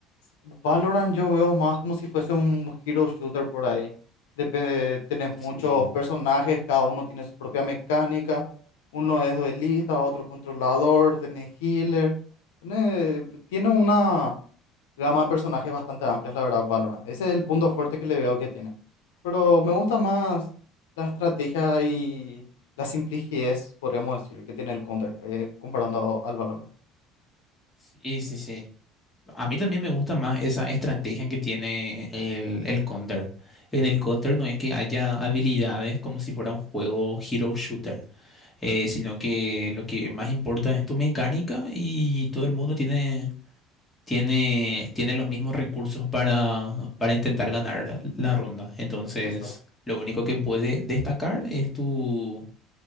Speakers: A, on the left; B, on the left.
A: Valorant yo veo más como si fuese un hero shooter por ahí. Depende, tenés
B: Sí.
A: muchos personajes, cada uno tiene su propia mecánica. Uno es duelista, otro controlador, tenés healer. Tiene, tiene una gama de personajes bastante amplia, la verdad, Valorant. Ese es el punto fuerte que le veo que tiene. Pero me gusta más la estrategia y la simplicidad, podríamos decir, que tiene el Counter, eh, comparando al Valorant.
B: Sí, sí, sí. A mí también me gusta más esa estrategia que tiene el, el Counter. En el Counter no es que haya habilidades como si fuera un juego hero shooter, eh, sino que lo que más importa es tu mecánica y todo el mundo tiene, tiene, tiene los mismos recursos para, para intentar ganar la ronda. Entonces,
A: Esa-
B: lo único que puede destacar es tu,